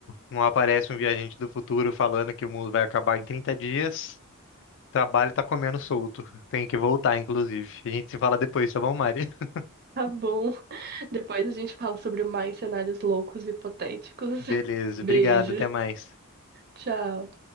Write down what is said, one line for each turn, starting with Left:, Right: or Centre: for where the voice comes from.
Left: não aparece um viajante do futuro falando que o mundo vai acabar em 30 dias, o trabalho tá comendo solto. Tem que voltar, inclusive. A gente se fala depois, tá bom, Mari? <laughs>
Right: Tá bom. <laughs> Depois a gente fala sobre mais cenários loucos e hipotéticos.
Left: Beleza,
Right: <laughs> Beijo.
Left: obrigado, até mais.
Right: Tchau.